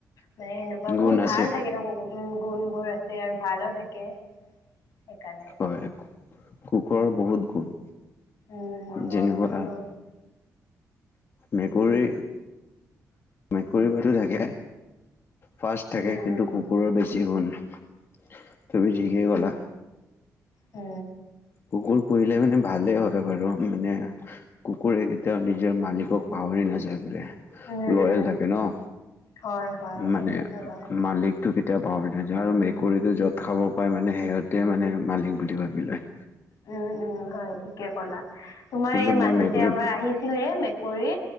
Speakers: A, on the left; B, on the left.
A: মানে সেনেকোৱা বহুত
B: গুণ আছে
A: ভাল থাকে ন উম গুণবোৰ আছে আৰু ভালো থাকে সেইকাৰণে
B: হয় কুকুৰৰ বহুত গুণ,
A: উম উম হয়
B: যেনেকোৱা
A: কুকুৰ
B: মেকুৰী মেকুৰী ভাতো থাকে ফাৰ্ষ্ট
A: উম
B: থাকে।
A: উম
B: কিন্তু কুকুৰৰ বেছি গুণ। তুমি ঠিকেই কলা।
A: এ
B: কুকুৰ পুহিলে মানে ভালেই হয় বাৰু। মানে কুকুৰে কেতিয়াও নিজৰ মালিকক পাহৰি নাযায় বোলে
A: উম,
B: লৰেল
A: উম,
B: থাকে ন।
A: হয়, হয়,
B: মানে
A: সেইটোতো হয়।
B: মালিক টো কেতিয়াও পাহৰি নাযায়। আৰু মেকুৰীটো য'ত খাব পাই মানে সিহঁতে মানে মালিক বুলি ভাবি লয়।
A: উম, উম হয় ঠিকে কলা তোমাৰ
B: কিন্তু
A: এই মাজতে
B: মই মেকুৰী
A: আমাৰ আহিছিলে মেকুৰী